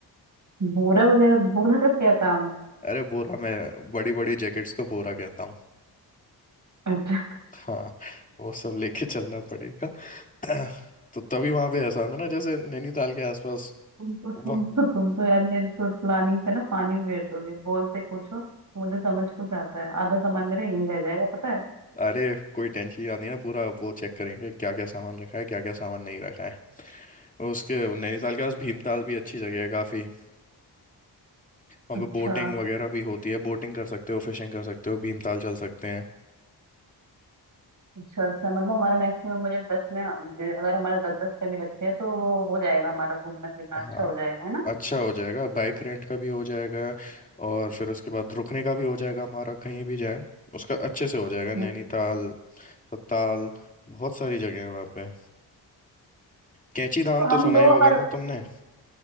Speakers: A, on the right; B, on the left.
A: बोरा वगैरह बोरे का क्या काम है
B: अरे बोरा मैं बड़ी बड़ी जैकेट्स को बोरा कहता हूँ
A: अच्छा
B: हाँ वो सब लेके चलना पड़ेगा <clears throat> तो तभी वहाँ पे ऐसा होगा ना जैसे नैनीताल के आसपास
A: तुम तो तुम
B: वाह
A: तो तुम तो यार मेरी तो प्लानिंग पे ना पानी फेर दोगे बोलते कुछ हो मुझे समझ कुछ आता है आधा सामान मेरा यहीं रह जाएगा पता है
B: अरे कोई टेंशन नहीं है पूरा वो चेक करेंगे क्या क्या सामान रखा है क्या क्या सामान नहीं रखा है उसके नैनीताल के पास भीमताल भी अच्छी जगह है काफ़ी वहाँ
A: अच्छा
B: पे बोटिंग वगैरह भी होती है बोटिंग कर सकते हो फिशिंग कर सकते हो भीमताल चल सकते हैं
A: अच्छा अच्छा मतलब हमारा मैक्सिमम बजट दस में जे- अगर हमारा दस दस का भी रखते हैं तो हो जाएगा हमारा घूमना फिरना
B: हाँ
A: अच्छा हो जाएगा है ना
B: अच्छा हो जाएगा बाइक रेंट का भी हो जाएगा और फिर उसके बाद रुकने का भी हो जाएगा हमारा कहीं भी जाए उसका अच्छे से हो जाएगा नैनीताल
A: हम्म।
B: सत्ताल बहुत सारी जगह है वहाँ पे कैंची धाम
A: तो हम
B: तो सुना
A: दो
B: ही होगा
A: अगर
B: ना तुमने